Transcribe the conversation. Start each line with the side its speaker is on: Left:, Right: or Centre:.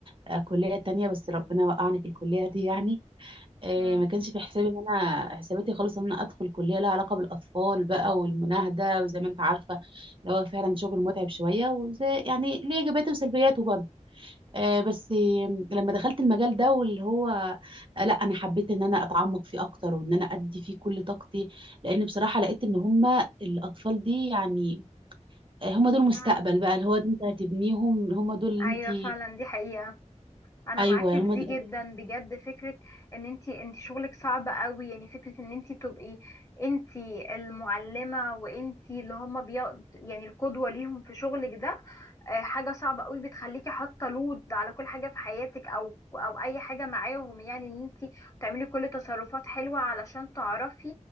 Right: آه، كلية تانية بس ربنا وقعني في الكلية دي يعني إيه،
Left: امم
Right: ما كانش في حسابي ان انا حساباتي خالص ان انا ادخل كليه لها علاقه بالاطفال بقى والمناهده وزي ما انت عارفه اللي هو فعلا شغل متعب شويه وزي يعني ليه ايجابياته وسلبياته برضه آه بس لما دخلت المجال ده واللي هو آه، لا انا حبيت ان انا اتعمق فيه اكتر وان انا ادي فيه كل طاقتي لان بصراحه لقيت ان هما الاطفال دي يعني آه، هما دول مستقبل
Left: امم
Right: بقى اللي هو انت هتبنيهم هما دول اللي
Left: ايوه
Right: انت
Left: فعلا دي حقيقة انا
Right: ايوه
Left: معاكي
Right: هما
Left: في دي
Right: دول
Left: جدا بجد فكره ان انتي انتي شغلك صعب قوي يعني فكره ان انتي تبقي انتي المعلمه وانتي اللي هما بي... يعني القدوه ليهم في شغلك ده آه، حاجه صعبه قوي بتخليكي حاطه لود على كل حاجه في حياتك او او اي حاجه معاهم يعني ان انتي تعملي كل تصرفات حلوه علشان تعرفي